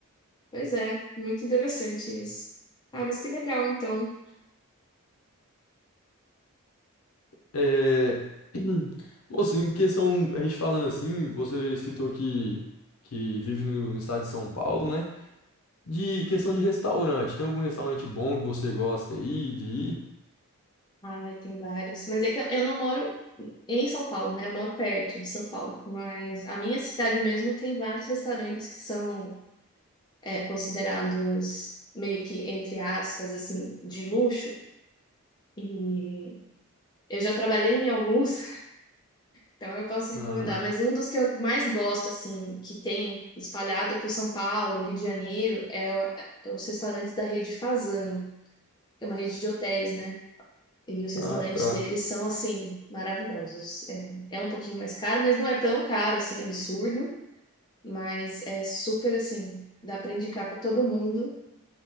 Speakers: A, on the left; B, on the left.
A: Pois é, muito interessante isso. Ah, mas que legal, então.
B: É... <clears throat> Moço, em questão, a gente falando assim, você citou que, que vive no, no estado de São Paulo, né? De questão de restaurante, tem algum restaurante bom que você gosta aí de ir?
A: Ai, tem vários. Mas é que eu eu não moro em São Paulo, né? Eu moro perto de São Paulo. Mas a minha cidade mesmo tem vários restaurantes que são é, considerados meio que, entre aspas, assim, de luxo. E eu já trabalhei em alguns. Então eu posso recomendar,
B: Ah,
A: mas um dos que eu mais gosto, assim, que tem espalhado por São Paulo, Rio de Janeiro, é o- é os restaurantes da rede Fazano, que é uma rede de hotéis, né? E os restaurantes
B: ah, tá.
A: deles são, assim, maravilhosos. É, é um pouquinho mais caro, mas não é tão caro, assim, absurdo. Mas é super, assim, dá para indicar para todo mundo